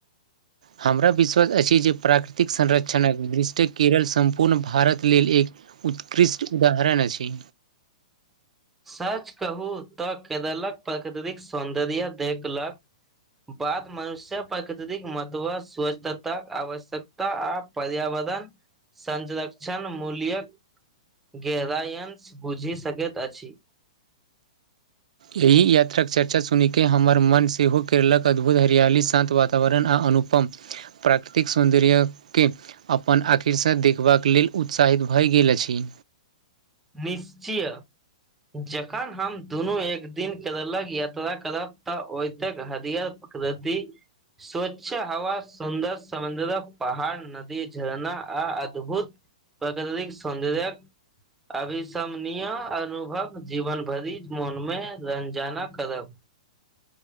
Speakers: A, on the right; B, in the centre.
A: हमरा विश्वास अछि जे प्राकृतिक संरक्षणक दृष्टि केरल सम्पूर्ण भारत लेल एक उतकृष्ट उदाहरण अछि
B: सच कहू तऽ केरलक प्रकृतिक सौन्दर्य देखलक बाद मनुष्य प्राकृतिक महत्व स्वच्छताक आवश्यक आ पर्यावरण संरक्षण मूल्यक गेरायन्स बुझि सकैत अछि
A: एहि यात्राके चर्चा सुनिके हमर मन सेहो केरलक अद्भुत हरियाली शान्त वातावरण आर अनुपम प्राकृतिक सौन्दर्यके अपन आखिरसँ देखबाक लेल उत्साहित भए गेल अछि
B: निश्चय जखन हम दुनू एक दिन करलक यात्रा करब तऽ ओतेक हरिियर कदति स्वच्छ हवा सुन्दर समुदर पहाड़ नदी झरना आ अद्भुत प्रकृतिक सॉंदर्य क अविसमणय अनुभव जीवन भरिक मोनमे रञजाना करब